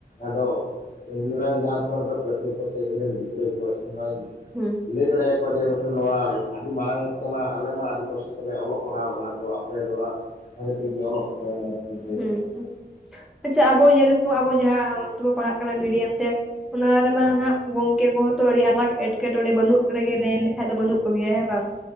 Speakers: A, on the left; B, in the centre.
A: ᱟᱫᱚ ᱤᱧ ᱨᱮᱱ ᱡᱟᱦᱟᱸ ᱛᱤᱱᱟᱹᱜ ᱢᱮᱜᱴᱮᱱ ᱯᱟᱹᱴᱷᱩᱣᱟᱹ ᱠᱚ ᱥᱮ ᱤᱧ ᱨᱮᱱ ᱜᱤᱫᱽᱨᱟᱹ ᱠᱚ ᱤᱧ ᱱᱚᱣᱟᱧ
B: ᱦᱩᱸ᱾
A: ᱞᱟᱹᱭ ᱫᱟᱲᱮ ᱟᱠᱚᱣᱟ ᱡᱮ ᱢᱤᱫᱴᱮᱱ ᱱᱚᱣᱟ ᱟᱰᱤ ᱢᱟᱬᱟᱝ ᱛᱮᱢᱟ ᱟᱞᱮ ᱢᱟ ᱟᱰᱤ ᱠᱚᱥᱴᱚ ᱛᱮᱞᱮ ᱚᱞᱚᱜ ᱯᱟᱲᱦᱟᱣ ᱠᱟᱱᱟ, ᱛᱚ ᱟᱯᱮ ᱫᱚ ᱦᱟᱸᱜᱼᱼ ᱵᱷᱟᱜᱮ ᱴᱷᱤᱠ‌ ᱜᱮ ᱚᱞᱚᱜ ᱯᱮ᱾
B: ᱦᱩᱸ
A: ᱚᱱᱟ ᱫᱚ
B: ᱦᱩᱸ ᱟᱪᱪᱷᱟ ᱟᱵᱚ ᱡᱮ ᱨᱚᱠᱚᱢ ᱟᱵᱚ ᱡᱟᱦᱟᱸ ᱚᱻ ᱛᱮᱵᱚ ᱯᱟᱲᱦᱟᱜ ᱠᱟᱱᱟ ᱢᱤᱰᱤᱭᱟᱢ ᱛᱮᱼᱼ ᱚᱱᱟ ᱨᱮᱢᱟ ᱱᱟᱦᱟᱸᱜ ᱜᱚᱝᱠᱮ ᱠᱚᱦᱚᱸ‌ ᱛᱚ ᱟᱹᱰᱤ ᱟᱭᱢᱟ ᱮᱴᱠᱮᱴᱚᱬᱮ ᱵᱟᱹᱱᱩᱜ ᱨᱮᱜᱮ ᱞᱟᱹᱭ ᱞᱮᱠᱷᱟᱡ ᱫᱚ ᱵᱟᱹᱱᱩᱜ ᱠᱚ ᱜᱮᱭᱟ, ‌ᱦᱮ ᱵᱟᱝ